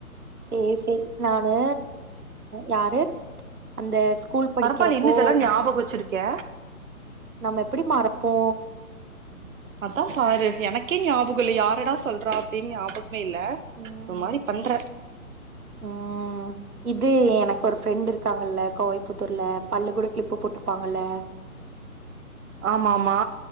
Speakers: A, on the right (about 80°); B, on the right (about 60°).
A: சேர் சேர் நானு யாரு அந்த ஸ்கூல் படிக்கிறப்போ
B: பரப்பால்யே இன்னு இதல்லா ஞாபக் வச்சிருக் கே
A: நம்ம எப்டி மறப்போ
B: அதா பாரு எனக்கே ஞாபகம்ல்ல யாரடா சொல்ற அப்டின்னு ஞாபக மே இல்ல
A: ம்
B: ஓரு மாரி பண்ற
A: ம் இது எனக்கு ஒரு ஃப்ரெண்ட் இருக்காங்கல்ல கோவைபுத்தூர்ல பல்லு கூட க்ளிப்பு போட்ருப்பாங்கல்ல
B: ஆமாமா